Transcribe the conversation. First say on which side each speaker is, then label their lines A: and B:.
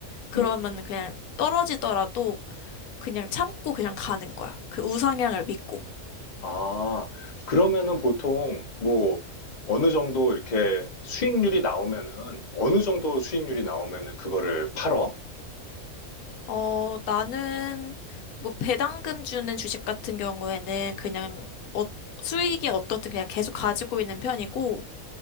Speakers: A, on the left (about 90°); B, on the left (about 35°).
A: 그러면
B: 음,
A: 그냥 떨어지더라도 그냥 참고 그냥 가는 거야. 그 우상향을 믿고.
B: 아, 그러면은 보통 뭐 어느 정도 이렇게 수익률이 나오면은 어느 정도 수익률이 나오면은 그거를 팔어?
A: 어, 나는 뭐 배당금 주는 주식 같은 경우에는 그냥 어, 수익이 어떻든 그냥 계속 가지고 있는 편이고,